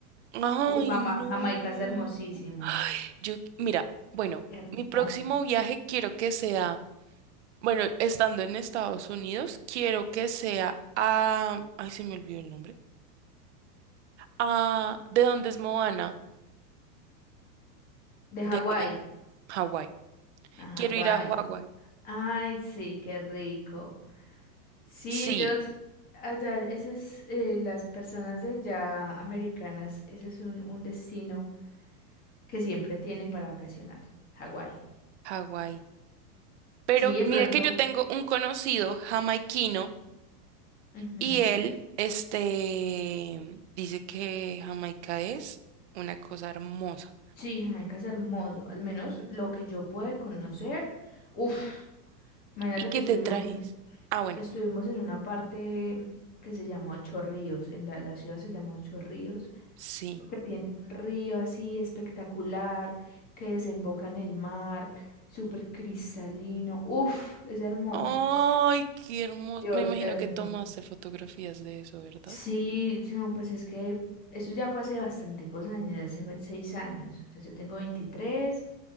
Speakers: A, on the right; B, on the left.
A: Ay,
B: Uf, Jama-
A: no.
B: Jamaica es hermosísimo,
A: Yo, mira, bueno,
B: hermoso.
A: mi próximo viaje quiero que sea, bueno, estando en Estados Unidos, quiero que sea a, ay, se me olvidó el nombre, a, ¿de dónde es Moana?
B: De Hawái,
A: De Hawái.
B: a Hawái.
A: Quiero ir a Hawái.
B: Ay, sí, qué rico. Sí,
A: Sí,
B: ellos, allá, esas, eh, las personas de allá americanas, ese es un, un destino que siempre tienen para vacacionar, Hawái.
A: Hawái. Pero
B: Sí, de
A: mira
B: pronto.
A: que yo tengo un conocido jamaiquino
B: ujú.
A: y él, este, dice que Jamaica es una cosa hermosa.
B: Sí, Jamaica es hermoso, al menos lo que yo pude conocer. Uf, imagínate
A: ¿Y qué
B: que estuvimos
A: te trajiste?
B: en,
A: Ah, bueno,
B: estuvimos en una parte que se llamó Ocho Ríos, en la, la ciudad se llamó Ocho Ríos.
A: sí.
B: porque tiene un río así espectacular que desemboca en el mar, súper cristalino. Uf, es hermoso.
A: Ay, qué hermoso.
B: Dios,
A: Me imagino
B: hermoso.
A: que tomaste fotografías de eso, ¿verdad?
B: Sí, no, pues es que eso ya fue hace bastanticos años, hace me- seis años. O sea, yo tengo veintitrés